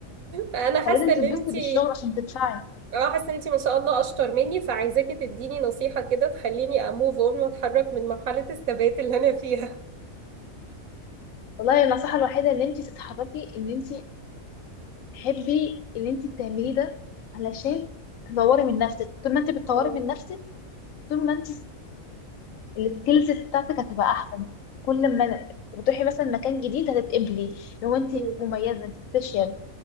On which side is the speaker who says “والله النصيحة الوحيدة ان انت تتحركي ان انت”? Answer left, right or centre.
Left